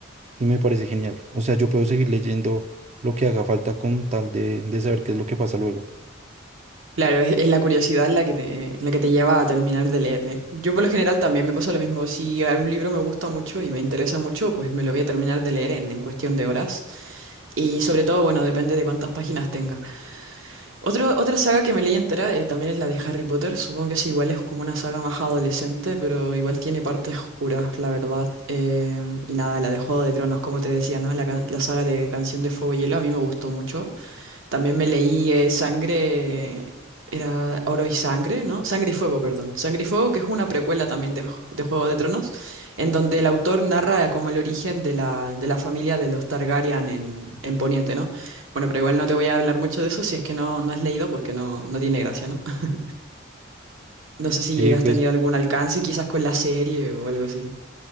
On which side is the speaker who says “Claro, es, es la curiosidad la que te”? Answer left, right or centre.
Right